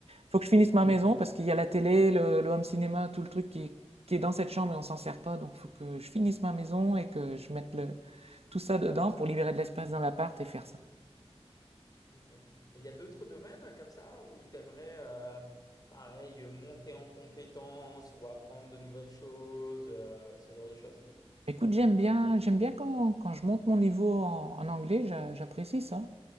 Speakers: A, on the right; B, on the left.
A: Faut que je finisse
B: Ok.
A: ma maison parce qu'il y a la télé, le, le home cinéma, tout le truc qui, est- qui est dans cette chambre et on s'en sert pas, donc faut que je finisse ma maison et que je mette le, tout ça dedans pour libérer de l'espace dans l'appart et faire ça.
B: Ok. Et il y a d'autres domaines euh, comme ça où tu aimerais, pareil, euh, monter en compétences ou apprendre de nouvelles choses, euh, ce genre de choses?
A: Écoute, j'aime bien, j'aime bien quand, quand je monte mon niveau en, en anglais, j'a- j'apprécie ça.